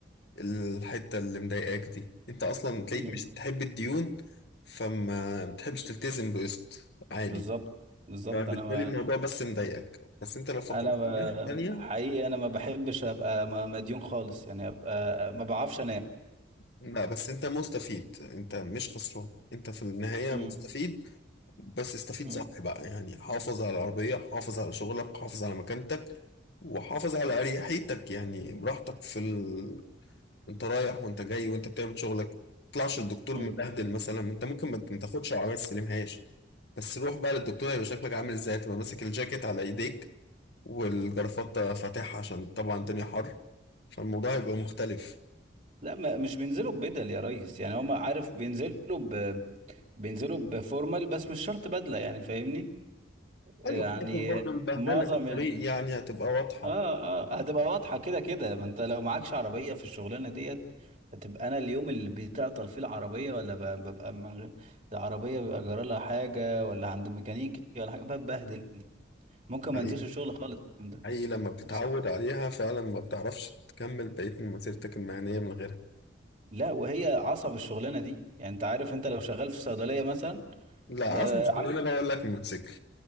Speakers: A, on the left; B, on the right.
A: الحتة اللي مضايقاك دي انت اصلا تلاقيك
B: امم
A: مش بتحب الديون فما بتحبش تلتزم بقسط عالي
B: بالظبط بالظبط
A: فبالتالي
B: انا
A: الموضوع بس مضايقك بس انت لو فكرت
B: انا ب...
A: في الناحية التانية
B: حقيقي انا ما بحبش ابقى م- مديون خالص يعني ابقى ما بعرفش انام
A: لا بس انت مستفيد انت مش خسران انت في النهاية
B: مم.
A: مستفيد بس استفيد
B: مم.
A: صح بقى يعني حافظ على العربية حافظ على شغلك حافظ على مكانتك وحافظ على أريحيتك يعني براحتك في ال... انت رايح وانت جاي وانت بتعمل شغلك تطلعش الدكتور
B: مم.
A: مبهدل مثلا انت ممكن ما ما تاخدش العربية ما تستلمهاش بس روح بقى للدكتور هيبقى شكلك عامل ازاي تبقى ماسك الجاكيت على ايديك والجرافطة فاتحة عشان طبعا الدنيا حر فالموضوع هيبقى مختلف
B: لا ما مش بينزلوا ببدل يا ريس يعني هم عارف بينزلوا ب... بينزلوا بفورمال بس مش شرط بدلة يعني فاهمني يعني
A: ايوه برضه البهدله
B: معظم
A: في الطريق
B: ال...
A: يعني هتبقى واضحه
B: اه اه هتبقى واضحة كده كده ما انت لو معكش عربية في الشغلانة ديت هتبقى انا اليوم اللي بتعطل فيه العربية ولا ب... ببقى من... غير- العربية بيبقى جرالها حاجة ولا عند ميكانيكي ولا حاجة ببهدل ممكن
A: حقيقي
B: ما انزلش الشغل خالص اليوم ده
A: حقيقي لما بتتعود
B: بسبب
A: عليها فعلا ما بتعرفش تكمل بقية مسيرتك المهنية من غيرها
B: لا وهي عصب الشغلانه دي يعني انت عارف انت لو شغال في صيدليه مثلا
A: لا
B: ب-
A: أصل مش
B: عارف
A: اللي أنا بقول لك الموتوسيكل